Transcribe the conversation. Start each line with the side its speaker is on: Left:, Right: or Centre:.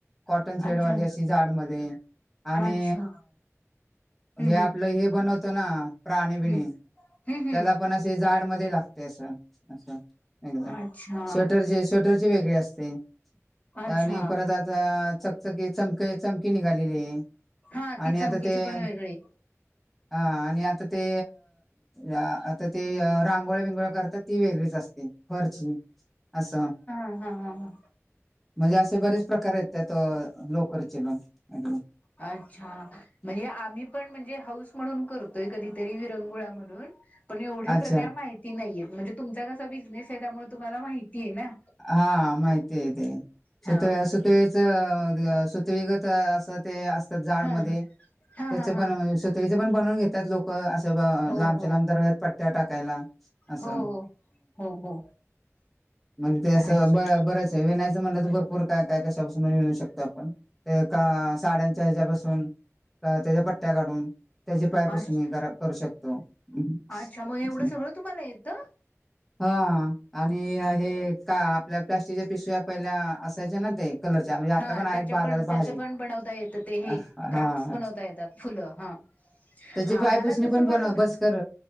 Centre: कॉटन थ्रेडवाली
Left: अच्छा
Centre: अशी जाड मध्ये आणि
Left: अच्छा हम्म
Centre: हे
Left: हम्म
Centre: आपलं हे बनवत ना? प्राणी बिणी
Left: हम्म हम्म
Centre: त्याला
Left: हम्म
Centre: पण असे जाड मध्ये लागते असं अस एकदम
Left: अच्छा
Centre: स्वेटरची स्वेटरची वेगळे असते.
Left: अच्छा
Centre: आणि परत आता चकचकी चमक, चमकी निघालेली आहे.
Left: हा ती
Centre: आणि
Left: चमकीची
Centre: आता ते
Left: पण वेगळी.
Centre: हा आणि आता ते या आता ते रांगोळ विंगोळ करतात ती वेगळीच असते खरची अस.
Left: ह हा हा ह.
Centre: म्हणजे असे बरेच प्रकार आहेत त्यात लोकरचे पण अदी
Left: अच्छा. म्हणजे आम्ही पण म्हणजे हाऊस म्हणून करतोय कधीतरी विरंगुळा म्हणून पण एवढे
Centre: अच्छा
Left: प्रकार माहिती नाहीय म्हणजे तुमचा कसा बिझनेस आहे त्यामुळे तुम्हाला माहिती आहे ना.
Centre: हा माहिती आहेेत
Left: हा
Centre: सुत सुतळीच सुतळी गत अस ते असतात ते जाडमध्ये
Left: हा हा
Centre: त्याचेपण
Left: हा हा
Centre: सुतळी चे पण बनवून घेतात लोक ते असं
Left: हो
Centre: लांबच्या
Left: हो
Centre: लांब दरव्यात पट्ट्या टाकायला. असं
Left: हो हो हो हो.
Centre: मग ते असं
Left: अच्छा
Centre: बर बरंच आहे विनायचं म्हणलं तर भरपूर काय काय कशापासून विणू शकतो आपण. ते साड्यांच्या ह्याच्यापासून, त्याच्या पट्ट्या काढून. त्याचे
Left: अच्छा
Centre: पायपुसनी मी घरात करू शकतो. <unintelligible>
Left: अच्छा मग एवढं सगळं तुम्हाला येतं
Centre: हा आणि हे का आपल्या प्लास्टिकच्या पिशव्या पहिल्या असायच्या ना ते. कलरच्या म्हणजे आता
Left: हा
Centre: पण आहेत
Left: त्याच्या
Centre: बाजारात
Left: पण
Centre: भाजी
Left: त्याचं पण बनवता येतं ते हे
Centre: हा.
Left: क्राफ्ट्स बनवता येतात फुलं हा
Centre: त्याची
Left: हा
Centre: पायपसणी
Left: मला तसं
Centre: पण
Left: बनवत
Centre: बनव बसकर